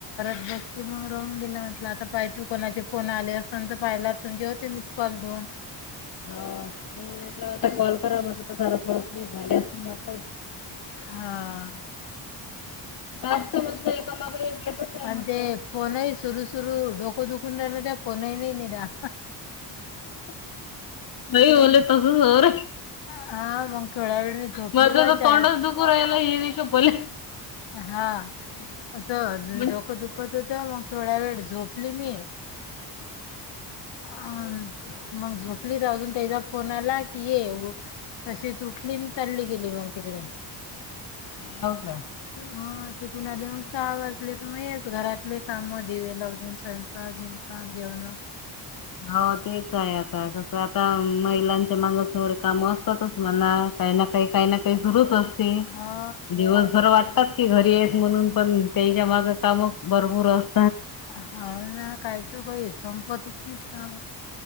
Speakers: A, on the left; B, on the left.
A: बस मग रोहून गेलं म्हटलं आता पाहि तू कोणाचे फोन आले असल तर पाहिला. तुमजे होते मिस कॉल दोन.
B: हो मी म्हटलं आता कॉल करा म्हट तर झा थो झाली अस.
A: हा.
B: टास्क म्हटलं एकामागे एक येतच आहे
A: आणि
B: म्हटलं.
A: ते फोनही सुरू सुरु डोको दुख. कुंडला त्या फोनही नाही नि द.
B: नाही ले त. होरे
A: हा मग थोडा वेळ मी झोपली
B: मज
A: बा चार
B: तोडस दु कूरला हे. बोोल.
A: हा असं
B: म्हणजे
A: डोकं दुखत होत मग थोड्या वेळ झोपली मी. हम्. मग झोपली तर अजून त्याचा फोन आला की ये तशीच उठली चालली गेली मग तिकडे.
B: <inaudible> हो काय
A: हा ते कणालीऊन साव. तर मगच घरातले काम दिवे लावते स्वयंपाक हिंपाक जेवण.
B: हो तेच आहे आता कसं आता महिलांच्या माग. थोड काम असतातच मला काही ना काही काही ना काही सुरूच असते.
A: हा
B: दिवसभर वाटतात की घरी येत म्हणून पण त्याच्या माग काम भरपूर असत.
A: हा ना काहीच काही संपतच नाही का.